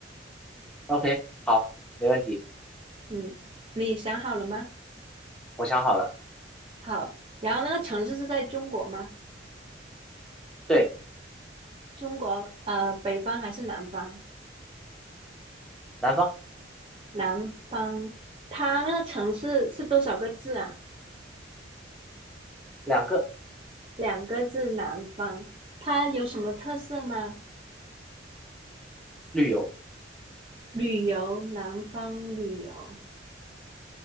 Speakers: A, in the centre; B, on the right (about 30°).
A: OK，好，没问题，
B: 嗯，你想好了吗？
A: 我想好了。
B: 好，然后那个城市是在中国吗？
A: 对，
B: 中国，呃，北方还是南方？
A: 南方
B: 南方，它那个城市是多少个字啊？
A: 两个，
B: 两个字，南方。它有什么特色吗？
A: 旅游。
B: 旅游，南方旅游。